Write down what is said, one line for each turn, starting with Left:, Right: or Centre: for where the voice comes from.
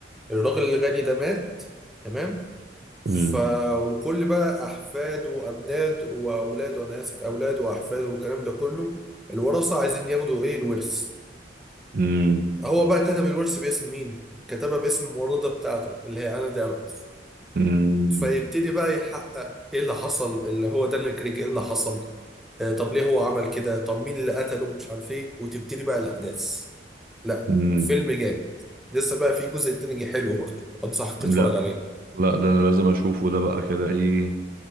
Centre: الراجل الغني ده مات تمام ف
Right: مم،
Centre: وكل بقى احفاد وابناد واولاد وانا اسف اولاد واحفاد والكلام ده كله الورثه عايزين ياخدوا ايه الورث
Right: مم،
Centre: هو بقى كتب الورث باسم مين كتبه باسم الممرضه بتاعته اللي هي انا دي أرمس
Right: مم،
Centre: فيبتدي بقى يحقق ايه اللي حصل اللي هو دانيال كريج ايه اللي حصل آه طب ليه هو عمل كده طب مين اللي قتله مش عارف ايه وتبتدي بقى الاحداث لا
Right: مم.
Centre: فيلم جامد لسه بقى في جزء تاني حلو برضه انصحك
Right: لا
Centre: تتفرج عليه
Right: لا ده انا لازم اشوفه ده بقى كده ايه